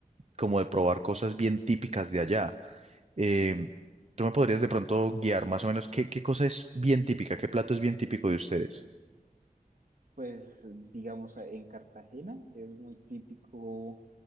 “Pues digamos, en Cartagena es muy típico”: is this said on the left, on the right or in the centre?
Right